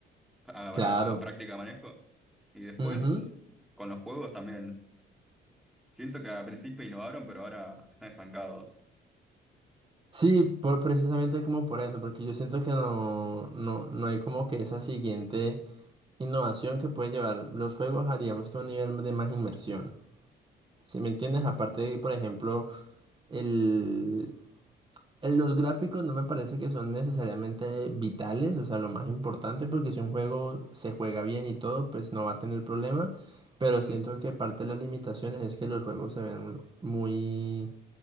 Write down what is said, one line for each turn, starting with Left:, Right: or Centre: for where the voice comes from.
Centre: ah, para
Right: Claro.
Centre: práctica de manejo. Y después,
Right: Ujú.
Centre: con los juegos también. Siento que al principio innovaron, pero ahora están estancados.
Right: Sí, por- precisamente como por eso, porque yo siento que no, no, no hay como que esa siguiente innovación que puede llevar los juegos a, digamos que un nivel de más inmersión. Si me entiendes, aparte de que, por ejemplo, el, el- los gráficos no me parece que son necesariamente vitales, o sea, lo más importante, porque si un juego se juega bien y todo, pues no va a tener problema, pero siento
Centre: Mm,
Right: que parte de las limitaciones es que los juegos se ven muy